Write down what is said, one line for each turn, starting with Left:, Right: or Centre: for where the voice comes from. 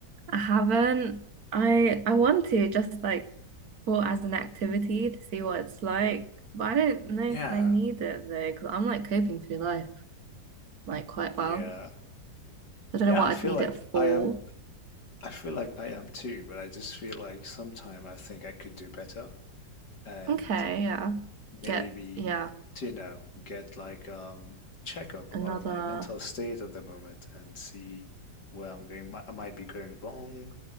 Right: I haven't. I I want to just like for as an activity to see what it's like, but I don't know
Left: Yeah.
Right: if I need it though, because I'm like coping through life like quite
Left: Yeah.
Right: well. I don't
Left: Yeah,
Right: know what
Left: I feel
Right: I'd need
Left: like
Right: it for.
Left: I am I feel like I am too, but I just feel like sometime I think I could do better and
Right: Okay, yeah.
Left: maybe
Right: Get yeah,
Left: to, you know, get like um checkup
Right: another.
Left: on my mental state at the moment and see where I'm going. mi- I might be going wrong.